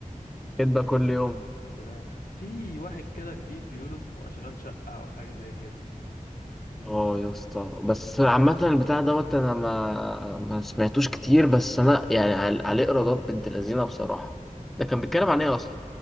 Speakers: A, in the centre; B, on the left.
A: كدبة كل يوم
B: سمعته في واحد كده جديد بيقولوا اسمه اشغال شقه او حاجه زي كده
A: اه يا اسطى بس عامة البتاع دوت أنا ما ما سمعتوش كتير بس أنا يعني عل- عليه إيرادات بنت لذينة بصراحة ده كان بيتكلم عن إيه أصلا